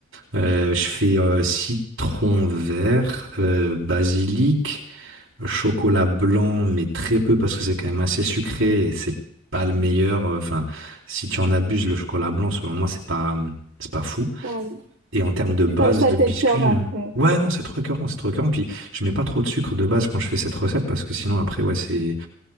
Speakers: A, on the right; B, on the right.
A: Euh, je fais euh, citron vert, euh, basilic, chocolat blanc, mais très peu parce que c'est quand même assez sucré et c'est pas le meilleur. euh, Enfin, si tu en abuses, le chocolat blanc, selon moi, c'est pas, c'est pas fou.
B: Ah oui.
A: Et en termes de base
B: Ça, ça
A: de
B: t'écœure
A: biscuits,
B: après.
A: euh, ouais, non, c'est trop écœurant, c'est trop écœurant. Puis je mets pas trop de sucre de base quand je fais cette recette parce que sinon, après, ouais, c'est